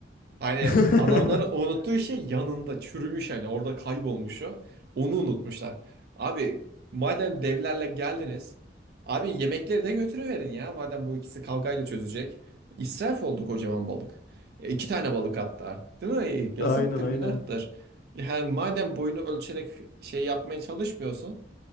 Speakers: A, on the right; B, on the left.
A: Hani
B: <laughs>
A: adamların unuttuğu şey yanında çürümüş hani orada kaybolmuş o. Onu unutmuşlar. Abi madem devlerle geldiniz. Abi yemekleri de götürüverin ya. Madem bu ikisi kavgayla çözecek. İsraf oldu kocaman balık. E, iki tane balık hatta. Değil mi? E,
B: Aynen
A: Yazıktır,
B: aynen.
A: günahtır. Yani madem boyunu ölçerek şey yapmaya çalışmıyorsun.